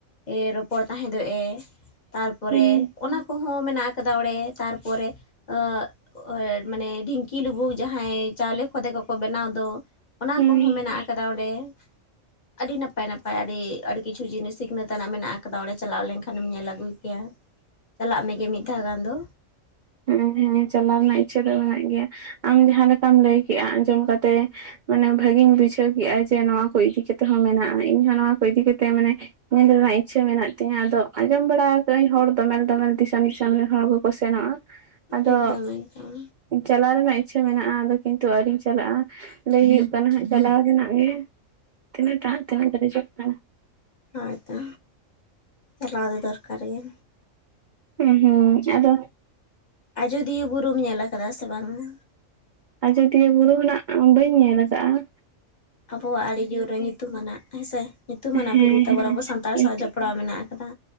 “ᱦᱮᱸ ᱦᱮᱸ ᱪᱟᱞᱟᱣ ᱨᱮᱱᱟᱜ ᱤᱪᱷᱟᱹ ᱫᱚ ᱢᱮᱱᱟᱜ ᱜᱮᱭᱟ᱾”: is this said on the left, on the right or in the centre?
Right